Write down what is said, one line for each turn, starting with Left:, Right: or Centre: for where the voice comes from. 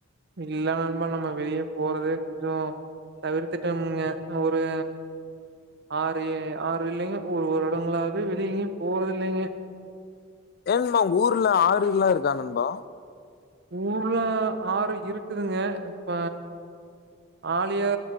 Right: இல்ல நண்பா நம்ம வெளியே போறதே கொஞ்சோ தவிர்த்துட்டமுங்க ஒரு ஆறு ஆறு இல்லைங்க ஒரு ஒரு வருடங்களாவே வெளிய எங்கயு போறது இல்லைங்க
Left: ஏ நண்பா ஊர்ல ஆறு எல்லா இருக்கா நண்பா
Right: ஊர்ல ஆறு இருக்குதுங்க இப்ப ஆழியா